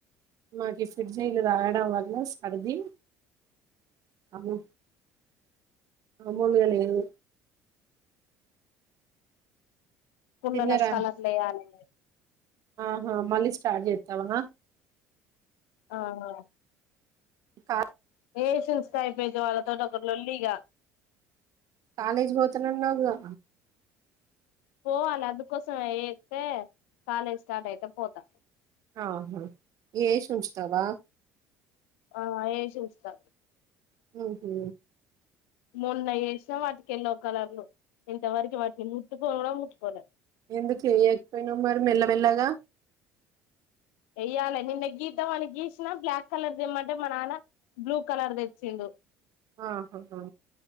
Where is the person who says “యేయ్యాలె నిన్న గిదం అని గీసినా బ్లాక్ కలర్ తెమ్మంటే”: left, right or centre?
Left